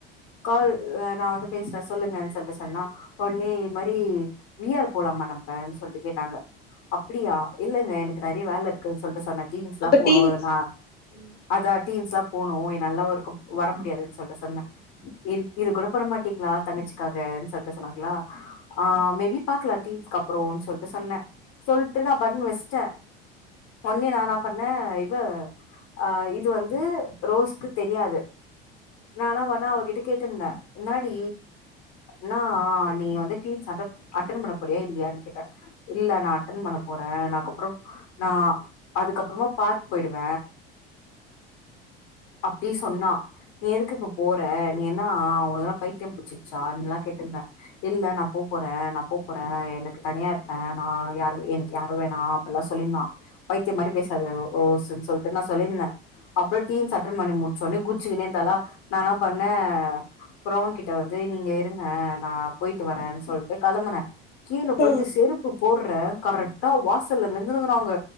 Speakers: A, on the left (about 60°); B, on the left (about 30°).
A: கால் ஆ நா வந்து பேசுறே சொல்லுங்கன்னு சொல்லிட்டு சொன்னனா ஒடனே இது மாரி வி ஆர் போலாமா நம்ப சொல்ட்டு கேட்டாங்க அப்டியா இல்லங்க எனக்கு நறையா வேலை இருக்குன்னு சொல்ட்டு சொன்னே டீன்ஸ் எல்லா
B: அப்ப
A: போணு
B: டீன்
A: நா
B: ம்
A: அதா டீன்ஸ் எல்லா போணு என்னாலல்லா ஒருக்கப் வர முடியாதுன்னு சொல்ட்டு சொன்னே இத் இது கொட பண்ண மாட்டீங்ளா தங்கச்சிக்காக்ன் சொல்ட்டு சொன்னாங்ளா ஆ மேபி பாக்லா டீன்ஸ்க் அப்புறோன் சொல்ட்டு சொன்ன சொல்ட்டு நா பட்னு வெச்ட்ட ஒன்னே நா இன்னா பண்ண இவ அ இது வந்து ரோஸ்க்கு தெரியாது நா இன்னா பண்ணா அவகிட்ட கேட்டுந்த என்னாடி நா ஆ நீ வந்து டீன்ஸ் சட்டப் அட்டன் பண்ண போறியா இல்லியான் கேட்ட இல்ல நா அட்டன் பண்ண போறே நாக் அப்றோ நா அதுக்கப்றமா பார்க் போய்டுவ அப்டி சொன்னா நீ எதுக்கு இப்ப போற நீ என்னா ஒனக்கன்ன பைத்தியம் புட்ச்சிச்சான்லா கேட்டுந்த இல்ல நா போ போற நா போ போற எனக்கு தனியா இருப்ப நா யாருகு என் யாரு வேணா அப்டில்லா சொல்லிருந்தா பைத்தியம் மாரி பேசாத ஓ ஓசுனு சொல்லிட்டு நா சொல்லிருந்தே அப்ற டீன்ஸ் அட்டன் பண்ணி முடிச்சோனே குத்ச்சுகுனே இந்தளா நா என்னா பண்ண க்ரௌன் கிட்ட வந்து நீங்க இருங்க நா போயிட்டு வரன் சொல்ட்டு களம்புன கீழ பொய்ட்டு
B: ம்
A: செருப்பு போட்ற கரட்டா வாசல்ல நின்னுங்குறாங்க